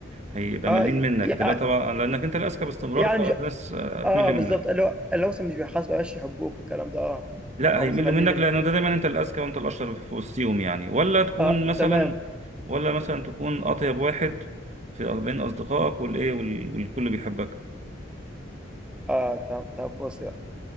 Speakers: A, on the right (about 35°); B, in the centre.
A: هيبقى
B: آه،
A: ملين
B: ي
A: منك
B: يع
A: هتبقى طبعا لانك انت الاذكى باستمرار
B: يعني
A: فالناس
B: مش
A: آه، هتمل
B: آه بالضبط،
A: منك
B: اللي هو اللي هو مثلًا مش بيحاسبك ما بقاش يحبوك الكلام ده آه،
A: لا
B: أو
A: هيملوا
B: مثلًا مقلّلين
A: منك
B: منّك.
A: لانه ده دايما انت الاذكى وانت الاشطر في وسطيهم يعني ولا تكون
B: آه
A: مثلا
B: تمام،
A: ولا مثلا تكون اطيب واحد في بين اصدقائك والايه وال- والكل بيحبك
B: آه ت طب بُصّي بقى،